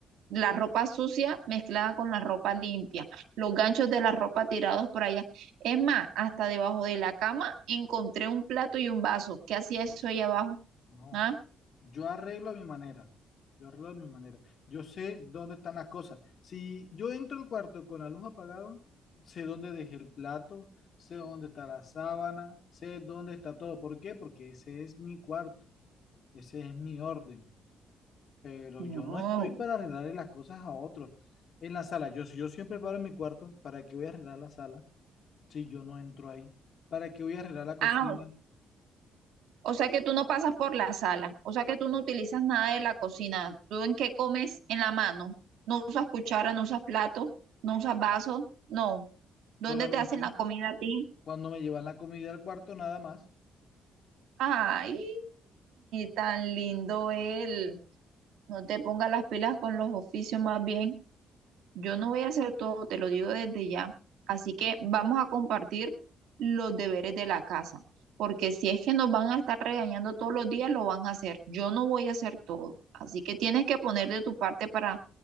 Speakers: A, on the right (about 80°); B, on the left (about 55°).
A: La ropa sucia mezclada con la ropa limpia, los ganchos de la ropa tirados por allá. Es más, hasta debajo de la cama encontré un plato y un vaso. ¿Qué hacía eso ahí abajo?
B: No,
A: ¿Ah?
B: yo arreglo a mi manera. Yo arreglo a mi manera. Yo sé dónde están las cosas. Si yo entro al cuarto con la luz apagada, sé dónde dejé el plato, sé dónde está la sábana, sé dónde está todo. ¿Por qué? Porque ese es mi cuarto, ese es mi orden. Pero
A: No.
B: yo no estoy para arreglarle las cosas a otros. En la sala, yo, si yo siempre paro en mi cuarto, ¿para qué voy a arreglar la sala si yo no entro ahí? ¿Para qué voy a arreglar la cocina?
A: Ah, o sea que tú no pasas por la sala, o sea que tú no utilizas nada de la cocina. ¿Tú en qué comes? En la mano. No usas cuchara, no usas plato, no usas vaso, no. ¿Dónde
B: Solamente
A: te hacen la comida a ti?
B: cuando me llevan la comida al cuarto, nada más.
A: Ay, tan lindo él. No te pongas las pilas con los oficios más bien. Yo no voy a hacer todo, te lo digo desde ya. Así que vamos a compartir los deberes de la casa, porque si es que nos van a estar regañando todos los días, lo van a hacer. Yo no voy a hacer todo. Así que tienes que poner de tu parte para